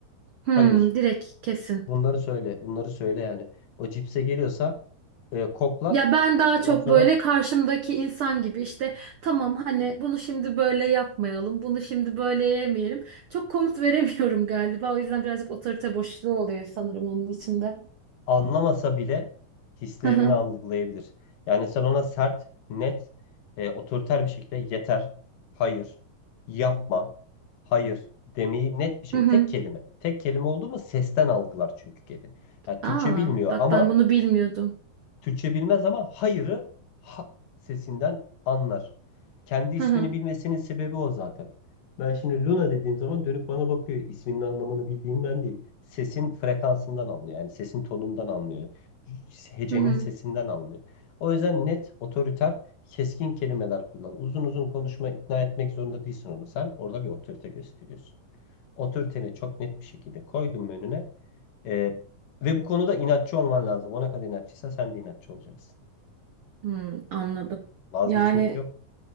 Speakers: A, on the right (about 85°); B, on the left (about 75°).
A: Hmm,
B: Hayır.
A: direkt kesin.
B: Bunları söyle, bunları söyle yani. O cipse geliyorsa e, koklat.
A: Ya ben daha
B: Ondan
A: çok
B: sonra
A: böyle karşımdaki insan gibi işte tamam hani bunu şimdi böyle yapmayalım, bunu şimdi böyle yemeyelim. Çok komut <laughs> veremiyorum galiba. O yüzden birazcık otorite boşluğu oluyor sanırım onun içinde.
B: anlamasa bile hislerini
A: Hı hı.
B: algılayabilir. Yani sen ona sert, net, e, otoriter bir şekilde yeter, hayır, yapma, hayır demeyi net bir şekilde
A: Hı hı.
B: tek kelime. Tek kelime oldu mu sesten algılar çünkü kedi. Yani Türkçe
A: Aa,
B: bilmiyor
A: bak
B: ama
A: ben bunu bilmiyordum.
B: Türkçe bilmez ama hayırı ha sesinden anlar. Kendi
A: Hı
B: ismini
A: hı.
B: bilmesinin sebebi o zaten. Ben şimdi Luna dediğim zaman dönüp bana bakıyor. İsminin anlamını bildiğinden değil. Sesin frekansından anlıyor. Yani sesin tonundan anlıyor. Hecenin
A: Hı hı.
B: sesinden anlıyor. O yüzden net, otoriter, keskin kelimeler kullan. Uzun uzun konuşma, ikna etmek zorunda değilsin onu. Sen orada bir otorite gösteriyorsun. Otoriteni çok net bir şekilde koydun önüne. Ee, ve bu konuda inatçı olman lazım. Ona kadar inatçıysa sen de inatçı olacaksın.
A: Hmm, anladım.
B: Vazgeçmek
A: Yani
B: yok.